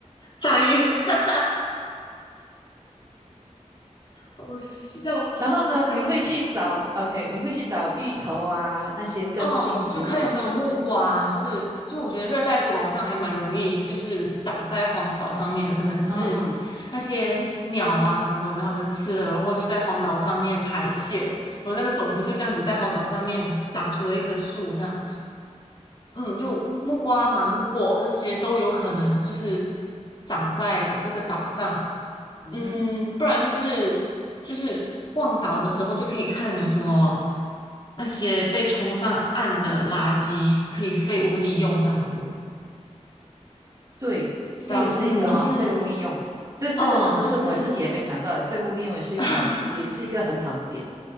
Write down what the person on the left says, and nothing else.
打鱼，<laughs> 好笑，
好笑。
嗯，就看有没有木瓜，就是就我觉得热带水果好像还蛮容易，就是长在荒岛上面的，可能是那些鸟啊什么的，
它们吃了然后就在荒岛上面排泄，然后那个种子就这样子在荒岛上面长出了一棵树，这样，嗯，就木瓜、
芒果这些都有可能就是长在那个岛上，
嗯，不然就是就是逛岛的时候就可以看有什么那些被冲上岸的垃圾可以废物利用这样子，
知道，
嗯，就是，
哦，就是。
<laughs>